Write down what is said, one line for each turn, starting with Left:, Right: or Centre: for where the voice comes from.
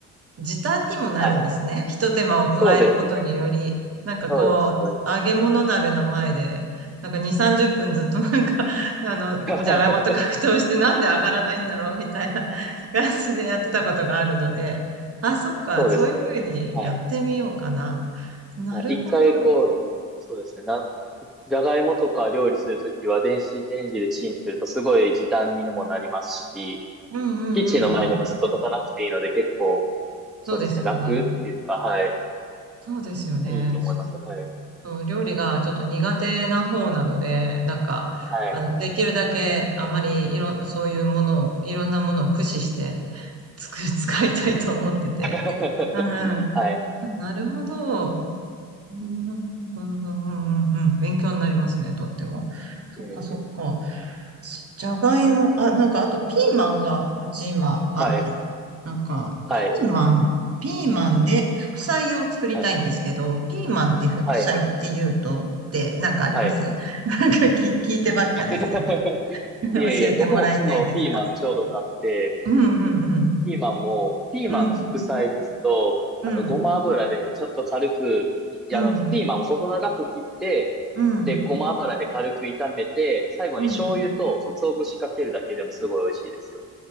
Right: 時短にもなるんですね。
Centre: はい。
Right: 一手間を加えることにより、
Centre: そうですね。
Right: なんかこう、
Centre: そうです、そうです。
Right: 揚げ物鍋の前で、なんか2、30分ずっと <laughs> なんか、あの、
Centre: <laughs>
Right: じゃがいもと格闘してなんで上がらないんだろうみたいな <laughs> 感じでやってたことがあるので、あ、そっか、
Centre: そうですよね。
Right: そういうふうにやってみようかな。
Centre: はい。
Right: なるほど。
Centre: はい一回こう、そうですね。な、じゃがいもとか料理するときは電子レンジでチンするとすごい時短にもなりますし、
Right: うんうんうんうん。
Centre: キッチンの前にもずっと立たなくていいので結構、そうですね、
Right: そうですよね。
Centre: 楽っていうか、はい。
Right: そうですよね。
Centre: いいと思います。はい。
Right: うん、料理がちょっと苦手な方なので、なんか、
Centre: はい。
Right: あの、できるだけあんまりいろ、そういうものを、いろんなものを駆使してつく <laughs> 使いたいと思ってて。
Centre: うんうんうん <laughs>
Right: うん、
Centre: はい。
Right: なるほど。うん、
Centre: うん。
Right: うん、うん、うん、うんうん勉強になりますね、とっても。そっか、
Centre: いえいえ。
Right: そっか。しじゃがいも、あ、なんか、あとピーマンが、うち今あって、
Centre: はい。
Right: なんか、
Centre: はい。
Right: ピーマン、ピーマンで副菜を作りたいんですけど、
Centre: はい。
Right: ピーマンで副菜って言うと、
Centre: はい。
Right: ってなんかあります
Centre: はい。
Right: <laughs> なんか聞、聞いてばっかですいません。
Centre: <laughs>
Right: <laughs> 教えてもらいたいんですが。
Centre: いえいえ、<laughs> 僕も昨日ピーマンちょうど買って、
Right: うんうんうん。
Centre: ピーマンも、ピーマンの副菜ですと、
Right: うんうん
Centre: あとごま油でちょっと軽く、いあの、
Right: うん
Centre: ピーマンを細長く切って、
Right: うん
Centre: で、ごま油で軽く炒めて、最後に醤油と鰹節かけるだけでもすごい美味しいですよ。
Right: うん